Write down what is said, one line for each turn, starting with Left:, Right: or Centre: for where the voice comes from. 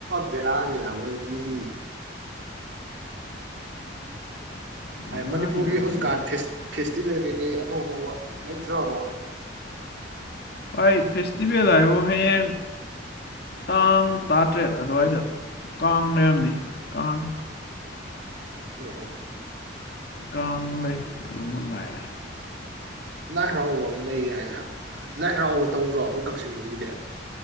Right: ꯕꯦꯔꯥꯅꯤꯅ ꯃꯣꯏꯗꯤ
Left: ꯕꯦꯔꯥꯅꯤꯗ
Right: ꯃꯅꯤꯄꯨꯔꯒꯤ ꯍꯧꯖꯤꯛꯀꯥꯟ
Left: ꯚꯥꯏ
Right: ꯐꯦ ꯤꯕꯦ ꯀꯩꯀꯩ ꯑꯅꯧ ꯑꯅꯧꯕ ꯂꯩꯇ꯭ꯔꯕꯣ
Left: ꯚꯥꯏ ꯐꯦꯁꯇꯤꯚꯦꯜ ꯍꯥꯏꯣ ꯍꯌꯦꯡ ꯇꯥꯡ ꯇꯔꯥꯇꯔꯦꯠ ꯑꯗꯨꯋꯥꯏꯗ ꯀꯥꯡ ꯂꯩꯔꯝꯅꯤ ꯀꯥꯡ
Right: ꯎ ꯑ
Left: ꯀꯥꯡ ꯂꯩ ꯑꯗꯨ ꯃ ꯉꯅꯥꯏꯔꯦ
Right: ꯂꯥꯏ ꯍꯔꯥꯎꯕ ꯑꯃ ꯂꯩꯒ ꯍꯥꯏꯅ ꯂꯥꯏ ꯍꯔꯥꯎꯕ ꯇꯧꯗ꯭ꯔꯣ ꯑꯩꯈꯣꯏ ꯀꯛꯆꯤꯡꯕꯣꯒꯤꯗꯤ